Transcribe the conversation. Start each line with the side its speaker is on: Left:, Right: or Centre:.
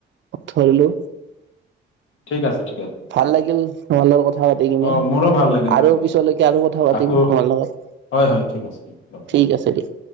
Right: ধৰিলোঁ।
Left: ঠিক আছে ঠিক আছে।
Right: ভাল লাগিল তোমাৰ লগত কথা পাতি কিনে।
Left: অ মোৰো ভাল লাগিল
Right: আৰু
Left: তোমাৰ লগত
Right: পিছলৈকে আৰু কথা পাতিম
Left: আকৌ
Right: তোমাৰ লগত।
Left: হয় হয় ঠিক আছে <unintelligible>
Right: ঠিক আছে